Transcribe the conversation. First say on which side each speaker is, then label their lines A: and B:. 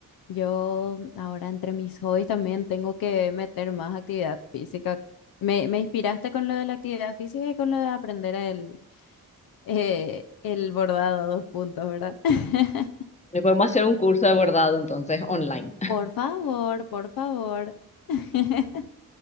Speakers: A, on the left; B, on the left.
A: Yo ahora entre mis hobbies también tengo que meter más actividad física. Me, me inspiraste con lo de la actividad física y con lo de aprender el, eh, el bordado a dos puntos, ¿verdad? <laughs>
B: Le podemos hacer un curso de bordado, entonces, online,
A: Por favor, por favor. <laughs>